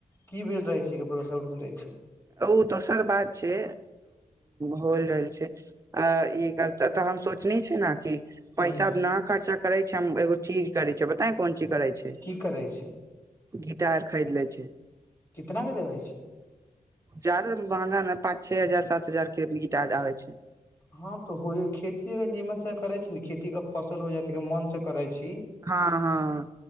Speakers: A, on the left (about 15°); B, on the right (about 20°).
A: कि भेल रहे छै कि भरोसा उठ गेल रहै छै
B: ओ दोसर बात छै होल रहल छै आ ई त हम सोचनी छे न कि पैसा
A: ह
B: न खर्चा करै छै हम एगो चीज करै छै बताए कोन चीज करै छै
A: की करै छै
B: गिटार खरीद ले छै
A: कितना दे देबै छी
B: जादा महंगा ना पाँच छे हजार सात हजार के गिटार आबै छै
A: हँ तऽ होइए खेती अगर नीमन से करे छी ने खेती के फसल हो जाइछै गर मन से करे छी
B: हँ हँ